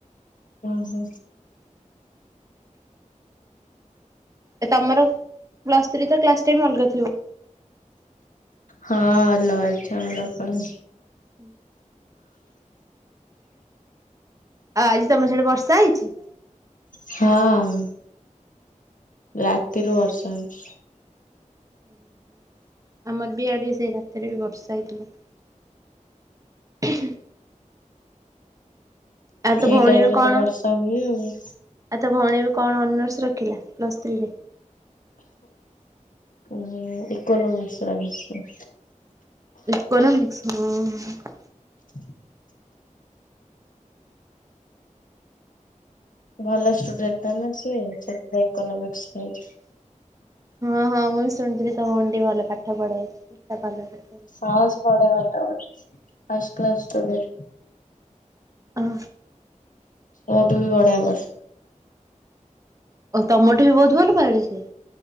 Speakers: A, on the left; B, on the right.
A: ଓ ହୋ।
B: ଏ ତୋମର ପ୍ଲସ୍ ଥ୍ରୀ ତ କ୍ଲାସ୍ ଟାଇମ୍ ଅଲଗା ଥିବ?
A: ହଁ ଅଲଗା ଛମର ପାଇଁ।
B: ହୁଁ। ଅ, ଆଜି ତୋମର ସେଇଠି ବର୍ଷା ହେଇଛି?
A: ହଁ ରାତିରୁ ବର୍ଷା ହଉଛି।
B: ହୁଁ, ହୁଁ। ଆମର ବି ଇଆଡ଼େ ସେଇ ରାତିରେ ବି ବର୍ଷା ହେଇଥିଲା। ହଁ ଆଉ ତୋ
A: ଏଇ
B: ଭଉଣୀ
A: ଟାଇମ୍
B: ଏବେ
A: ରେ
B: କଣ
A: ତ ବର୍ଷା ହୁଏ ଆଉ।
B: ଆଉ ତ ଭଉଣୀ ଏବେ କଣ ଅନର୍ସ ରଖିଲା ପ୍ଲସ୍ ଥ୍ରୀରେ?
A: ଉଁ, ଇକୋନମିକ୍ସ ରଖିଛି।
B: ଇକୋନମିକ୍ସ ହଁ, ହଁ।
A: <inaudible> ଭଲ ଷ୍ଟୁଡେଣ୍ଟ ଟା ନା ସେ ସେଥିପାଇଁ ଇକୋନୋମିକ୍ସ ନେଇଛି।
B: ହଁ ହଁ ମୁଁ ବି ଶୁଣିଥିଲି ତୋମ ଭଉଣୀ ଟି ଭଲ ପାଠ ପଢେ। <unintelligible>
A: ହଁ ସେ ପଢେ ପାଠ ଫାଷ୍ଟ କ୍ଲାସ୍ ଷ୍ଟୁଡେଣ୍ଟ।
B: ଅଁ,
A: ମୋଠୁ ବି ବଢିଆ ପଢେ।
B: ଓ ତମୋଠୁ ବି ବହୁତ ଭଲ ପାଢେ ସିଏ?